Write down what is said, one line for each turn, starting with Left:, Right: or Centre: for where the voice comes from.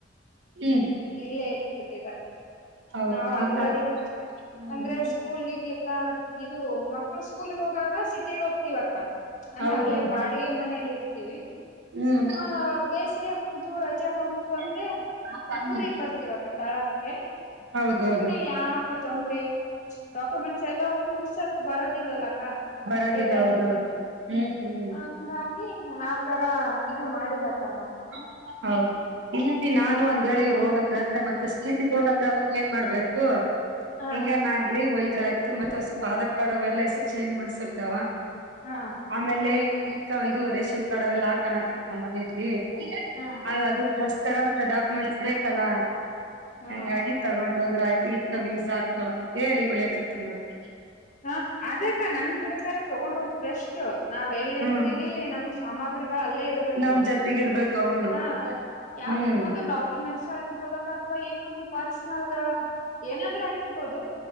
Right: ಹ್ಮ್
Left: ಇಲ್ಲೇ ಇತ್ ಬಿಟ್ಟಿದಕ್ಕ
Right: ಹೌದು
Left: ನಾವವು ಅಂದ್ರಲ್ಲ
Right: ಇಲ್ಲ ಹ್ಮ್
Left: ಅಂದ್ರೆ ಸ್ಕೂಲ್ಗೆಲ್ಲ ಇದು ಮಕ್ಳು ಸ್ಕೂಲ್ಗ ಹೋಗಾಗ ಸಿಟಿಗ ಹೋಗ್ತವಕ್ಕ ಅಂದ್ರೆ
Right: ಹೌದೌದು
Left: ಅಲ್ಲೇ ಬಾಡಿಗೆ ಮನಲಿ ವಿ
Right: ಹ್ಮ್
Left: ಹಾ ಬೇಸ ಬಂತು ರಜಾ ಬಂತು
Right: ಹ್ಮ್
Left: ಅಂದ್ರೆ, ಊರಿಗ್ ಬರ್ತಿವಕ ತಾಳಾಕಕ್ಕೆ
Right: ಹೌದೌದು
Left: ಸುಮ್ನೆ ಯಾಕ ಅಂದ್ರ ಅಂದ್ರೆ ಏನ್ ಡಾಕ್ಯುಮೆಂಟ್ಸ್ ಎಲ್ಲ ಒಂದು ಮಿಸ್ ಆದ್ರೂ ಬರದಿಲ್ಲ ಅಲ್ಲ ಕಾ
Right: ಬರೋದಿಲ್ಲ
Left: ರಿಟನ್
Right: ಹೌದೌದು ಹ್ಮ್ ಹ್ಮ್
Left: ಹಂಗಾ ಏ ಆ ತರ ಇದು ಮಾಡಿಲ್ಲ ತನು
Right: <unintelligible> ಹೌದು ಇಲ್ಲಂದ ನಾನು ಒಂದೇಳಿ <unintelligible> ಬಂದ್ರ ಅಂದ್ರೆ ಮತ್ತೆ ಸ್ಕೂಂಡಿಗೋಡ್ ಅಂದ್ರೆ ಅವಾಗ ಏನ್ ಮಾಡ್ಬೇಕು
Left: ಹಾ
Right: ಹೆಂಗ್ಯಾ ನಾಗಲಿ ಇತ್ ಇದ್ರ ಆಯ್ತು ಮತ್ತೆ ಸುಪ ಆಧಾರ್ ಕಾರ್ಡ್ ಅವೆಲ್ಲ ಹೆಸರು ಚೇಂಜ್ ಮಾಡಸ್ಕ್ ಇದವ
Left: ಹಾ
Right: ಆಮೇಲೆ ಇಂಕಾ ಇದು ರೇಷನ್ ಕಾರ್ಡ್ ಅವೆೆಲ್ಲ ಹಾಕಣಕ ಮನೆಯಲ್ಲಿ ಇದೇನ್
Left: ಹಾ
Right: ಅ ಅದು ಕರೆವಂದ್ರ ಡಾಕ್ಯುಮೆಂಟ್ಸ್ ಬೇಕಲ್ಲಾ
Left: ಹಾ.
Right: ಹಂಗಾಗಿ ತಗೊಂಡ್ ಹೋದ್ರ ಅಯ್ತು ಇರ್ತವ ಯೂಸ್ ಆಗ್ತವ ಅಂತ ಹೇಳಿ ಒಯಕತ್ತಿನ ನೋಡು
Left: ಹಾ ಅದೇ ಅಕ್ಕ ನನ್ ಪ್ರಕಾರ ತಗೊಂಡ ಹೋಗುದು ಬೆಷ್ಟ್ ಷ್ಟ್ ನಾವ್ ಎಲ್ಲಿ
Right: ಹ್ಮ್
Left: ಇರ್ತೀವಿ ನಮ್ಮ ಸಾಮಗ್ರಿಗಳು ಅಲ್ಲೇ ಇರ್ಬೇಕು
Right: ನಮ್ ಜೊತೆಗ ಇರ್ಬೇಕ ಅವನು
Left: ಹ, ಯಾವ
Right: ಹ್ಮ್
Left: ಒಂದು ಡಾಕ್ಯುಮೆಂಟ್ಸ್ ಆಗಿರ್ಬೋದ ಅಥವಾ ಇನ್ನೊ ನ ಪರ್ಸನಲ್ ಏನಾದ್ರೂ ಆಗಿರ್ಬೋದು